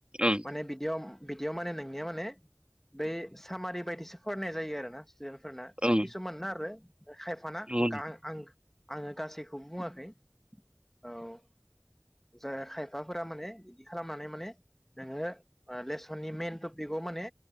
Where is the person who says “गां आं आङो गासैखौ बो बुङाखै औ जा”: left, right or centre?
Centre